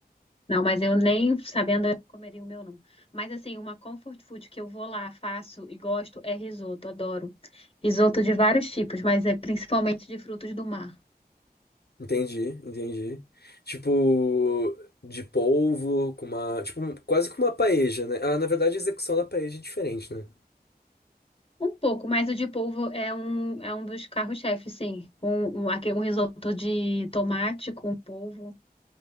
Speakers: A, on the left; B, on the left.
A: Não, mas eu nem sabendo eu comeria o meu não. Mas assim, uma comfort food que eu vou lá, faço e gosto é risoto, adoro. Risoto de vários tipos, mas é principalmente de frutos do mar.
B: Entendi, entendi. Tipo, de polvo, com uma. Tipo, um- quase que uma paella, né? Ah, na verdade a execução da paella é diferente, né?
A: Um pouco, mas o de polvo é um, é um dos carros-chefes, sim. Um, um, aquele- um risoto de tomate com polvo.